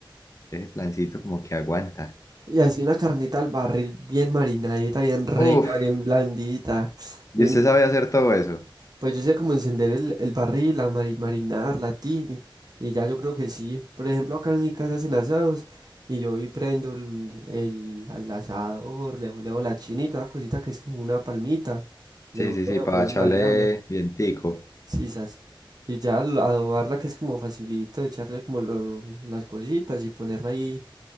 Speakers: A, on the left (about 35°); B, on the right (about 50°).
A: ese plancito como que aguanta.
B: Y así una carnita al barril bien marinadita, bien rica,
A: Uff,
B: bien blandita.
A: y
B: bien-
A: usted sabe
B: uf,
A: hacer todo eso.
B: pues yo sé cómo encender el, el barril, la mari- marinar, la tine. Y ya yo creo que sí. Por ejemplo, acá en mi casa hacen asados. Y yo y prendo el, el, al asador, le voleo la chinita, la cosita que es como una palmita. Le
A: Sí,
B: voleo,
A: sí, sí, para
B: prendo
A: echarle
B: la llama.
A: vientico.
B: Sisas. Y ya al adobarla que es como facilito, echarle como lo- las cositas y ponerla ahí